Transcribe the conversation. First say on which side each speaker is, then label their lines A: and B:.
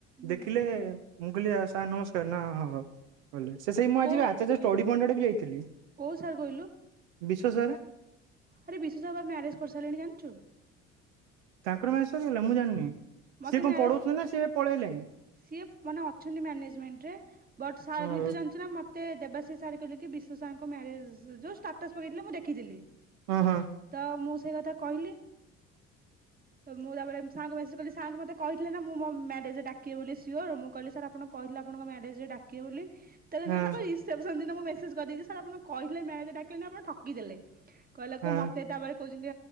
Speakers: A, on the right (about 25°); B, on the right (about 75°).
A: ହୁଁ
B: ଦେଖିଲେ ମୁଁ କହିଲି ସାର୍ ନମସ୍କାର। ନା ହଁ। କହିଲେ ସେଇ ମୁଁ
A: କୋଉ
B: ଆଚାର୍ଯ୍ୟ ଷ୍ଟଡି ପଏଣ୍ଟ ଆଡ଼େ ଯାଇଥିଲି।
A: କୋଉ ସାର୍ କହିଲୁ?
B: ବିଶ୍ୱ ସାର୍।
A: ଆରେ ବିଶ୍ୱ ସାର୍ ବା ମ୍ୟାରେଜ କରିସାରିଲେଣି ଜାଣିଚୁ?
B: ତାଙ୍କର ମ୍ୟାରେଜ୍ ସରିଗଲାଣି ମୁଁ ଜାଣିନି।
A: ମତେ
B: ସିଏ କଣ
A: ମ୍ୟାରେଜ
B: ପଢଉଛନ୍ତି ନା ସିଏ ପଳେଇଲେଣି
A: ସିଏ ମାନେ ଅଛନ୍ତି ମ୍ୟାନେଜମେଣ୍ଟରେ ବଟ୍ ସାର
B: ହଁ
A: ବି ତ ଜାଣିଛନ୍ତି ନା ତ ଦେବାଶି ସାର୍ କହିଲି କି ବିଶୁ ସାରଙ୍କ ମ୍ୟାରେଜ ଯୋଉ ଷ୍ଟାଟସ୍ ପକେଇଥିଲେ ମୁଁ ଦେଖିଥିଲି। ମୁଁ ଦେଖିଥିଲି
B: ହଁ ହଁ
A: ତ ମୁଁ। ସେ କଥା କହିଲି ମୁଁ ତାପରେ ସାରଙ୍କୁ ମେସେଜ କଲି। ସାରଙ୍କୁ ମୋତେ କହିଥିଲେ ନା ମୁଁ ମୋ ମ୍ୟାରେଜ ଡାକିବେ ବୋଲି ସିଓର ମୁଁ କହିଲି ସାର୍ ଆଣ କହିଥିଲେ ଆପଣଙ୍କ ମ୍ୟାରେଜରେ ଡାକିବେ ବୋଲି। ତାହେଲେ
B: ହଁ
A: ତାଙ୍କ ଇଚ୍ଛା। ମୁଁ ମେସେଜ କରିଦେଇଛି ସାର୍ ଆପଣ କହିଥିଲେ ମ୍ୟାରେଜ ଡାକିଲେନି ଆପଣ ଠକି ଦେଲେ। କହିଲାକୁ
B: ହଁ।
A: ମତେ ତାପରେ। କହୁଛନ୍ତି